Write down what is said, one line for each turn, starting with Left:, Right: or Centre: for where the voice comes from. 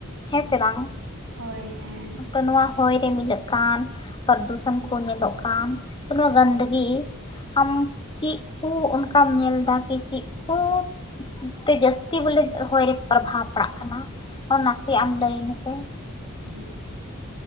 Left: ᱦᱮᱸ ᱥᱮ ᱵᱟᱝ?
Right: ᱦᱳᱭ ᱦᱮᱸ,
Left: ᱛᱚ ᱱᱚᱣᱟ ᱦᱚᱭ ᱨᱮ ᱢᱤᱞᱟᱹᱜ ᱠᱟᱱ, ᱯᱚᱨᱫᱩᱥᱟᱹᱱ ᱠᱚ ᱧᱮᱞᱚᱜ ᱠᱟᱱ, ᱛᱚ ᱱᱚᱣᱟ ᱜᱟᱱᱫᱤᱜᱤ ᱟᱢ ᱪᱤᱜ ᱠᱩ ᱚᱱᱠᱟᱢ ᱧᱮᱞ ᱫᱟ ᱠᱤ, ᱪᱤᱜ ᱠᱩ ᱛᱮ ᱡᱟᱹᱥᱛᱤ ᱵᱚᱞᱮ ᱦᱚᱭ ᱨᱮ ᱯᱨᱵᱷᱟᱵᱽ ᱯᱟᱲᱟᱜ ᱠᱟᱱᱟ? ᱚᱱᱟ ᱱᱟᱥᱮ ᱟᱢ ᱞᱟᱹᱭ ᱢᱮᱥᱮ᱾
Right: ᱦᱮᱸ,